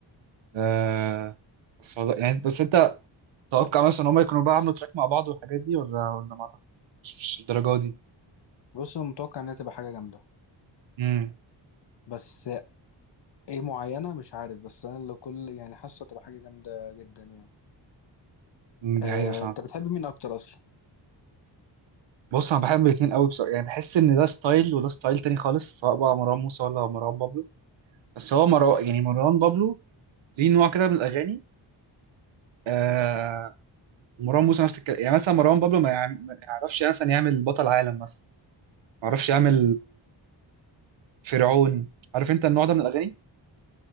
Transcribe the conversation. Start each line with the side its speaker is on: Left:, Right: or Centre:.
Right: آه بس والله يعني بس انت تتوقع مثلا ان هم يكونوا بقى عملوا تراك مع بعض والحاجات دي ولا ولا ما أعتقد- مش مش الدرجه دي
Left: بص انا متوقع انها تبقى حاجة جامدة
Right: امم
Left: بس ايه معينة مش عارف بس انا اللي كل يعني حاسة تبقى حاجة جامدة جدا يعني آه،
Right: دي حقيقه فاهم
Left: انت بتحب مين اكتر اصلا
Right: بص انا بحب الاثنين قوي بصراحه يعني بحس ان ده ستايل وده ستايل تاني خالص سواء بقى مروان موسى ولا مروان بابلو بس هو مروان يعني مروان بابلو ليه نوع كده من الاغاني آه مروان موسى نفس الكلام يعني مثلا مروان بابلو ما يع- ما يعرفش مثلا يعمل بطل عالم مثلا ما يعرفش يعمل فرعون عارف انت النوع ده من الاغاني